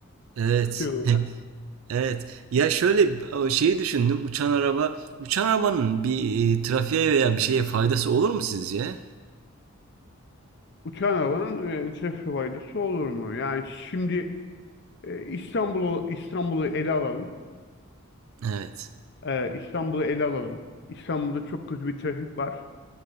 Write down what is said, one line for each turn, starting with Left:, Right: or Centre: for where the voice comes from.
Right: Evet.
Left: Şey olarak.
Right: <laughs> Evet. Ya şöyle o şeyi düşündüm. Uçan araba, uçan arabanın bir e, trafiğe veya bir şeye faydası olur mu sizce?
Left: Uçan arabanın e, trafik faydası olur mu? Yani şimdi e, İstanbul'u İstanbul'u ele alalım.
Right: Evet.
Left: Ee, İstanbul'u ele alalım. İstanbul'da çok kötü bir trafik var.